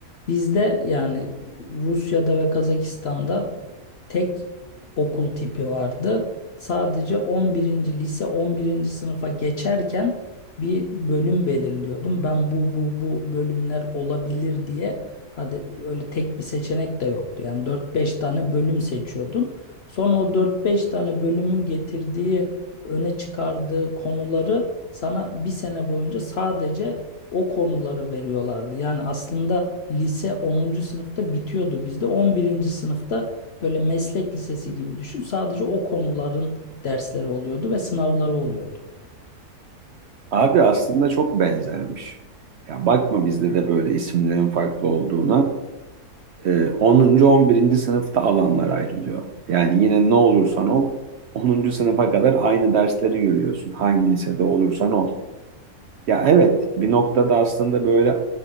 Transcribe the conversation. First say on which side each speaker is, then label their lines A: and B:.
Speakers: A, on the left; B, on the right.
A: Bizde yani Rusya'da ve Kazakistan'da tek okul tipi vardı. Sadece on birinci lise on birinci sınıfa geçerken bir bölüm belirliyordum. Ben bu bu bu bölümler olabilir diye hadi öyle tek bir seçenek de yoktu. Yani dört beş tane bölüm seçiyordun. Sonra o dört beş tane bölümün getirdiği öne çıkardığı konuları sana bir sene boyunca sadece o konuları veriyorlardı. Yani aslında lise onuncu sınıfta bitiyordu bizde. on birinci sınıfta böyle meslek lisesi gibi düşün. Sadece o konuların dersleri oluyordu ve sınavları oluyordu.
B: Abi aslında çok benzermiş. Ya bakma bizde de böyle isimlerin farklı olduğuna. Ee, 10. 11. sınıfta alanlar ayrılıyor. Yani yine ne olursan ol onuncu sınıfa kadar aynı dersleri görüyorsun. Hangi lisede olursan ol. Ya evet bir noktada aslında böyle